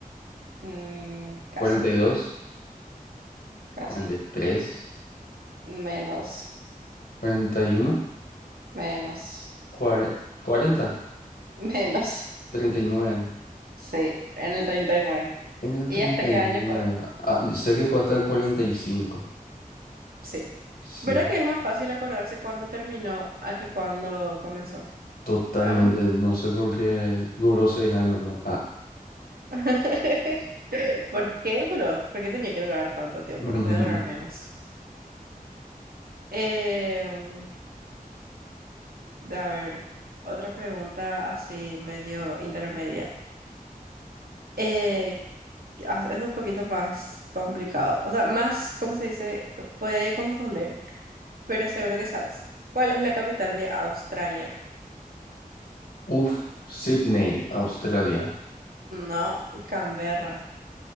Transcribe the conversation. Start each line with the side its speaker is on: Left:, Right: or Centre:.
Right: Mm, casi.
Left: 42,
Right: Casi.
Left: 43,
Right: Menos,
Left: 41,
Right: menos,
Left: cuare- 40,
Right: <laughs> menos.
Left: 39.
Right: Sí, en el treinta ¿Y nueve
Left: En el
Right: y
Left: 39.
Right: hasta qué año fue?
Left: Ah, yo sé que fue hasta el 45.
Right: Sí.
Left: Sí,
Right: ¿Verdad que es más fácil acordarse cuándo terminó a que cuándo comenzó?
Left: totalmente.
Right: A mí-
Left: No sé por qué duró seis años. luego. Ah.
Right: <laughs> ¿Por qué duró? ¿Por qué tenía que durar tanto tiempo?
Left: <laughs>
Right: No puede durar menos. Em, a ver, otra pregunta así medio intermedia. Eh, ah, es un poquito más complicado. O sea, más, ¿cómo se dice? Puede confundir. pero seguro que sabes. ¿Cuál es la capital de Australia?
Left: Uf, Sydney, Australia.
Right: No, Canberra.